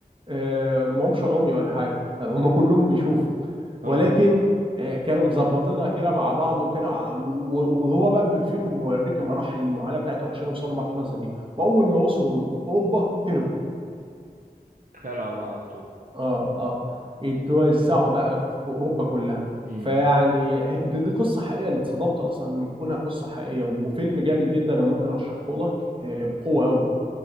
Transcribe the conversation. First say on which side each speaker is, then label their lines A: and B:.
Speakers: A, on the right; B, on the right.
A: آه، ما همش عمي ولا حاجه <laughs> هم كلهم بيشوفوا
B: آه
A: ولكن آه، كانوا مظبطينها كده مع بعض وكانوا ع- و- و- وهو بقى بالفيلم بيوريك مراحل المعاناه بتاعتهم عشان يوصلوا لمرحله زي دي واول ما وصلوا اوروبا هربوا
B: خلعوا بقى على طول
A: اه اه اتوزعوا بقى في اوروبا كلها
B: مم.
A: فيعني دي, دي قصه حقيقيه انا اتصدمت اصلا من كونها قصه حقيقيه وفيلم جامد جدا انا ممكن ارشحه لك آه، بقوه قوي